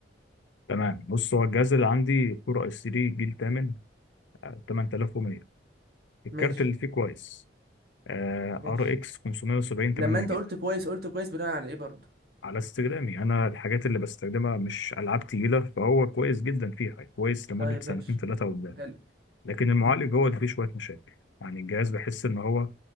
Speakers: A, on the left; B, on the right.
A: تمام بص هو الجهاز اللي عندي كور اس 3 جيل 8 آه، 8100 الكارت
B: مش
A: اللي فيه كويس آه،
B: مش.
A: ار اكس 570 8
B: لما أنت
A: جيجا
B: قلت كويس قلت كويس بنا عن أي برد.
A: على استخدامي انا الحاجات اللي بستخدمها مش العاب تقيله فهو كويس جدا فيها كويس لمده
B: ده مش
A: سنتين ثلاثه قدام
B: هل؟
A: لكن المعالج هو اللي فيه شويه مشاكل يعني الجهاز بحس ان هو